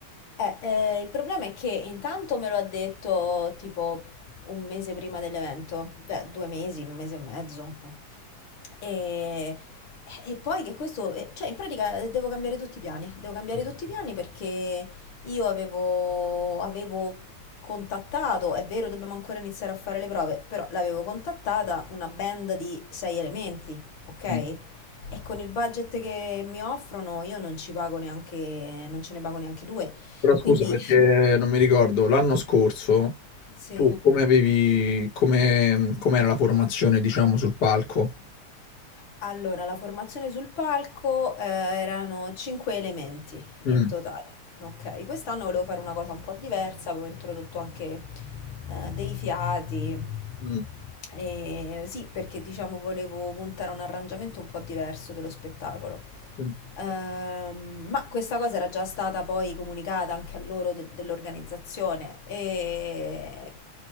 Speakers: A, on the left; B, on the left.
A: Eh, eh, il problema è che intanto me lo ha detto tipo un mese prima dell'evento, beh, due mesi, un mese e mezzo. E, e poi che questo, eh, cioè in pratica eh, devo cambiare tutti i piani, devo cambiare tutti i piani perché io avevo, avevo contattato, è vero, dobbiamo ancora iniziare a fare le prove, però l'avevo contattata una band di sei elementi, ok? E
B: Mm.
A: con il budget che mi offrono io non ci pago neanche, non ce ne pago neanche due.
B: Però scusa
A: Quindi,
B: perché non mi ricordo, l'anno scorso
A: sì,
B: tu come avevi, come, com'era la formazione, diciamo, sul palco?
A: allora la formazione sul palco eh, erano cinque elementi
B: Mm,
A: in totale. Ok, quest'anno volevo fare una cosa un po' diversa, avevo introdotto anche eh, dei fiati.
B: mm,
A: E sì, perché diciamo volevo puntare a un arrangiamento un po' diverso dello spettacolo.
B: mm,
A: Ehm, ma questa cosa era già stata poi comunicata anche a loro de- dell'organizzazione. E